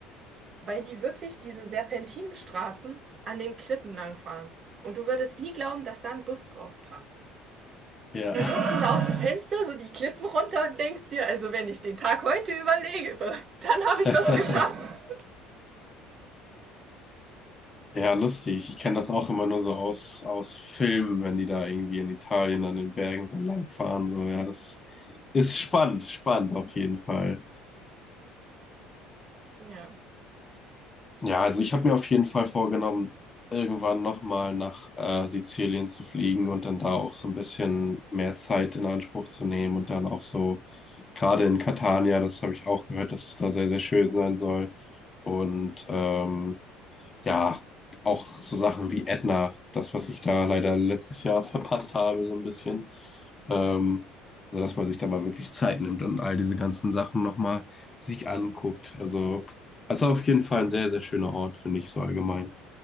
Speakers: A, on the right (about 40°); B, on the left (about 25°).
A: weil die wirklich diese Serpentinenstraßen an den Klippen langfahren. Und du würdest nie glauben, dass da ein Bus drauf passt.
B: ja.
A: Du Guckst so aus dem Fenster, so die Klippen runter und denkst dir, also wenn ich den Tag heute überlebe, dann habe ich
B: <laughs>
A: was geschafft.
B: Ja, lustig. Ich kenne das auch immer nur so aus, aus Filmen, wenn die da irgendwie in Italien an den Bergen so lang fahren. So, ja, das ist spannend, spannend auf jeden Fall.
A: Ja.
B: Ja, also ich habe mir auf jeden Fall vorgenommen, irgendwann nochmal nach äh, Sizilien zu fliegen und dann da auch so ein bisschen mehr Zeit in Anspruch zu nehmen und dann auch so, gerade in Catania, das habe ich auch gehört, dass es da sehr, sehr schön sein soll. Und ähm, ja, auch so Sachen wie Edna, das, was ich da leider letztes Jahr verpasst habe, so ein bisschen. Ähm, also, dass man sich da mal wirklich Zeit nimmt und all diese ganzen Sachen nochmal sich anguckt. Also, das ist auf jeden Fall ein sehr, sehr schöner Ort, finde ich so allgemein.